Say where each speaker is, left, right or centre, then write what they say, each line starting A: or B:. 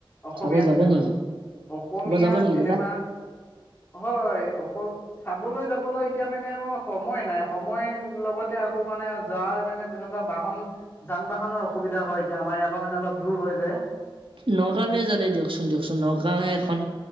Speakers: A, on the left; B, on the right.
A: অসমীয়া
B: চাব যাব
A: চিনেমা
B: নেকি?
A: অসমীয়া
B: চাব যাব নেকি
A: চিনেমা
B: দাদা?
A: হয় অসম চাবলৈ যাবলৈ এতিয়া মানে ম সময় নাই সময় লগতে আকৌ মানে যোৱাৰ মানে তেনেকুৱা বাহন যান বাহনৰ অসুবিধা হয় এতিয়া আমাৰ ইয়াৰ পৰা মানে অলপ দূৰ হয় যে।
B: নগাঁওলৈ যালে দিয়কচোন দিয়কচোন নগাঁওহে এখন।